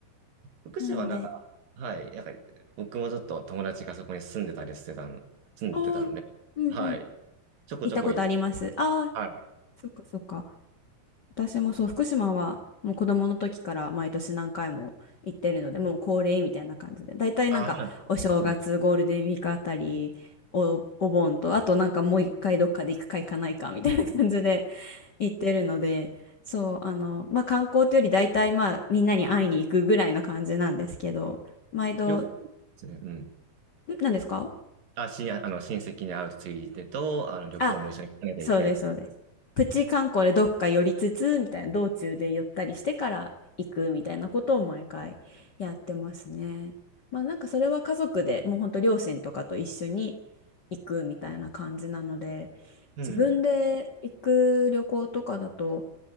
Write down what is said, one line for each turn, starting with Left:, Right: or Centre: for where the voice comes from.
Right: 福島はなんか、
Left: なんで。
Right: はい、なんか僕もちょっと友達がそこに住んでたりしてたの、住んでたので、
Left: おー、うんうん。
Right: はい。ちょこちょこ行って、
Left: 行ったことあります。ああ、
Right: はい。
Left: そっかそっか。私もそう、福島はもう子供の時から毎年何回も行ってるので、もう恒例みたいな感じで、大体なんかお正月、
Right: あ、はい。うん。
Left: ゴールデンウィークあたり、お、お盆と、あとなんかもう一回どっかで行くか行かないかみたいな感じで <laughs> 行ってるので、そう、あの、まあ観光というより大体まあみんなに会いに行くぐらいの感じなんですけど、毎度、
Right: 両方ですね。
Left: ん
Right: うん。
Left: 何ですか
Right: あ、しん、あの、親戚に会うついでと、あの、旅行も一緒にカナダ行けるっていう。
Left: あそうです、そうです。プチ観光でどっか寄りつつ、みたいな、道中で寄ったりしてから行くみたいなことを毎回やってますね。まあなんかそれは家族でもうほんと両親とかと一緒に行くみたいな感じなので、
Right: うん。
Left: 自分で行く旅行とかだと、